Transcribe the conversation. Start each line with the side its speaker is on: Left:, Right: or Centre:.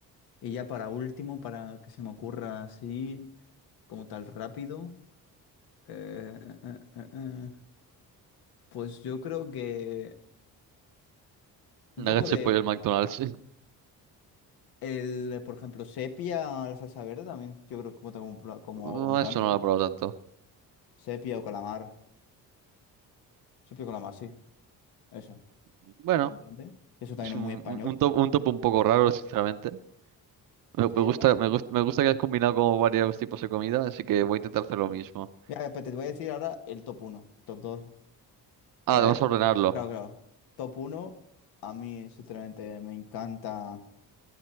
Left: Y ya para último, para que se me ocurra así, como tal rápido, eh, eh, eh, eh, eh, pues yo creo que un
Right: Nuggets
Left: poco de...
Right: de pollo del McDonald's, sí.
Left: El, eh, por ejemplo, sepia, la salsa verde también, yo creo que cuenta como, pla- como
Right: Mm,
Left: entrante,
Right: Eso no
Left: ¿no?
Right: lo he probado tanto.
Left: Sepia o calamar. Sepia o calamar, sí. Eso.
Right: Bueno,
Left: Como entrante. Eso también
Right: es
Left: es
Right: un,
Left: muy español.
Right: un- un top, un top un poco raro, sinceramente. Me,
Left: Sí.
Right: me
Left: eh.
Right: gusta, me gusta, me gusta que has combinado como varios tipos de comida, así que voy a intentar hacer lo mismo.
Left: Mira, pues te voy a decir ahora el top uno top dos
Right: Ah,
Left: Eh,
Right: vamos a ordenarlo.
Left: claro, claro. Top uno a mí sinceramente me encanta